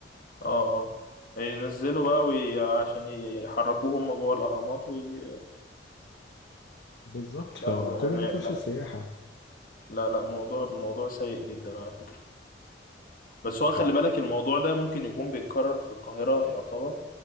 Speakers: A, on the left; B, on the left.
A: اه اه ينزلوا بقى وي... عشان ي- يحركوه هم جوه الاهرامات وي...
B: بالظبط فكل
A: لا والله يعني
B: ده في وش
A: لا
B: السياحة
A: لا لا موضوع موضوع سيء جدا على فكرة بس هو
B: انت
A: خلي بالك الموضوع ده ممكن يكون بيتكرر في القاهرة يعتبر